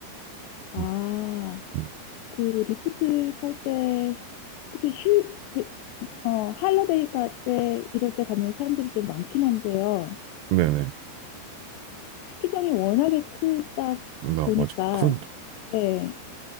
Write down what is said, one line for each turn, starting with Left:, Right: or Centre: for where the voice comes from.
Left: 아,
Right: 음, 네.
Left: 그 리프트 탈 때, 그때 휴, 그 어, 할러데이 갈 때, 이럴 때 가면 사람들이 좀 많긴 한데요.
Right: 네네.
Left: 스키장이 워낙에 크다
Right: 나
Left: 보니까,
Right: 맞아. 큰,
Left: 네,